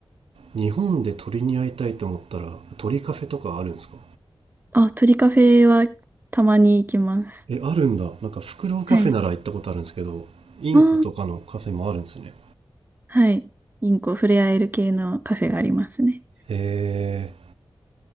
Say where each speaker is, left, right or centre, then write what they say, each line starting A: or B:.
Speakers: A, on the right (about 80°); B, on the right (about 20°).
A: ー、日本で鳥に会いたいと思ったら、鳥カフェとかあるんですか
B: あ、鳥カフェは、たまに行きます。
A: え、あるんだ。なんか、フクロウカフェなら行ったことあるんですけど、
B: はい。
A: インコとかのカフェもあるんですね。
B: ああ、はい。インコ触れ合える系のカフェがありますね。
A: へえ、